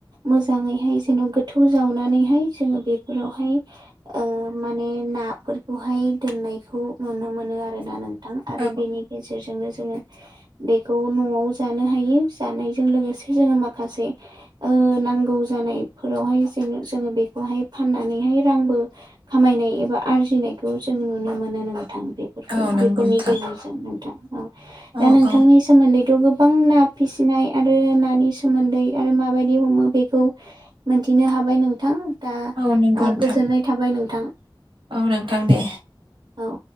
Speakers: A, on the right; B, on the right.
A: मोजाङैहाय जेन गोथौ जावनानैहाय जोङो बेफोरावहाय ओ माने नाफोरखौहाय दोननायखौ नुनो मोनो आरोना नोंथां आरो
B: औ
A: बेनि गेजेरजोंनो जोङो बेखौ न'आव जानो हायो जानायजों लोगोसे जोङो माखासे ओ नांगौ जान नाय फोरावहाय जोङो जों बेफो खौहाय फाननानैहाय रांबो खामायनाय एबा आरजिनायखौ जों नुनो मोनो नोंथां। बेफोरखौ
B: औ नंगौ
A: बेफोरनि
B: नोंथां
A: गेजेरजों नोंथां
B: औ
A: दा नोंथांनि
B: औ
A: सोमोन्दैथ गोबां ना फिसिनाय। आरो नानि सोमोन्दै आरो माबायदि हमो बेखौ मोनथिनो हाबाय नोंथां। दा
B: औ नंगौ नोंथां
A: गोजोननाय थाबाय नोंथां
B: औ नोंथां दे
A: औ।